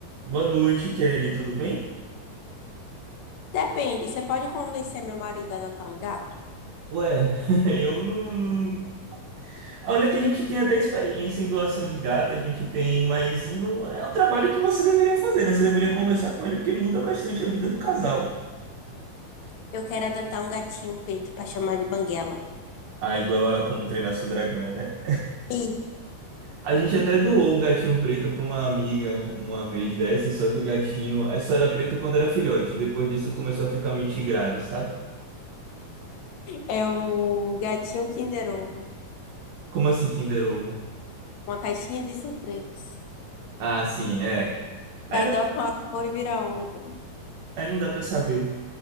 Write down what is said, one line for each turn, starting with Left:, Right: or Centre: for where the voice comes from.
Right: Boa noite, Kelly. Tudo bem?
Left: Depende, você pode convencer meu marido a adotar um gato?
Right: Ué, <laughs> Eu não, não- Olha que a gente tem até experiência em doação de gato, a gente tem, mas não é o trabalho que você deveria fazer, né? Você deveria conversar com ele, porque muda bastante a vida do casal.
Left: Eu quero adotar um gatinho preto pra chamar de Banguela.
Right: Ah, igual a como treinar seu dragão, né?
Left: E
Right: A gente até doou um gatinho preto para uma amiga uma vez dessa, só que o gatinho é, só era preto quando era filhote. Depois disso começou a ficar meio tigrado, sabe?
Left: é o gatinho Kinder Ovo,
Right: Como assim, Kinder Ovo?
Left: uma caixinha de surpresas.
Right: Ah, sim, é. Aí
Left: Você adota
Right: não,
Left: uma cor e vira outra.
Right: aí não dá pra saber.